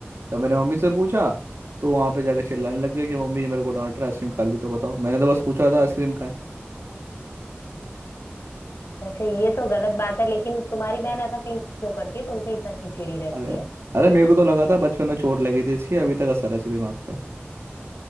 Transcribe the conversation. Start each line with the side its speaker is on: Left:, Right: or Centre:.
Right: जब मैंने मम्मी से पूछा तो वहाँ पे जाकर चिल्लाने लग गए कि मम्मी ये मेरे को डांट रहा है आइसक्रीम खा ली तो बताओ मैंने तो बस पूछा था आइसक्रीम कहाँ है
Left: वैसे ये तो गलत बात है लेकिन तुम्हारी बहन ऐसा कहीं क्यों करती है तुमसे इतना खिचड़ी रहती
Right: अरे
Left: है
Right: अरे मेरे को तो लगा था बचपन में चोट लगी थी इसकी अभी तक असर है इसके दिमाग पे